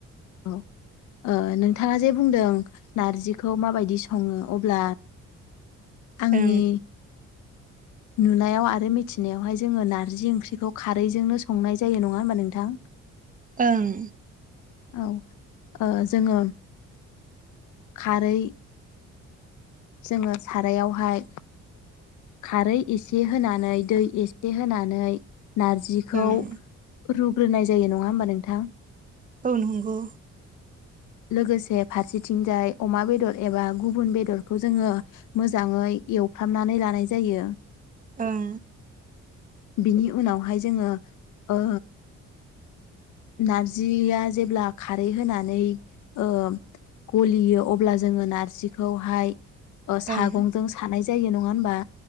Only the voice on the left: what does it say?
औ ओ नोंथाङा जेबो बुंदों नारजिखौ माबायदि सङो अब्ला आंनि
नुनायाव आरो मिथिनायावहाय जोङो नारजि ओंख्रिखौ खारैजोंनो संनाय जायो नङा होमबा नोंथां
औ ओ जोङो खारै जोङो सारायावहाय खारै एसे होनानै दै एसे होनानै नारजिखौ
रु रुग्रोनाय जायो नङा होमबा नोंथां?
लोगोसे फारसेथिंजाय अमा बेदर एबा गुबुन बेदरखौ जोङो मोजाङै एवफ्रामनानै लानाय जायो
बिनि उनावहाय जोङो ओ नारजिया जेब्ला खारै होनानै ओ गलियो अब्ला जोङो नारजिखौहाय सागंजों
सानाय जायो न नङा होनबा?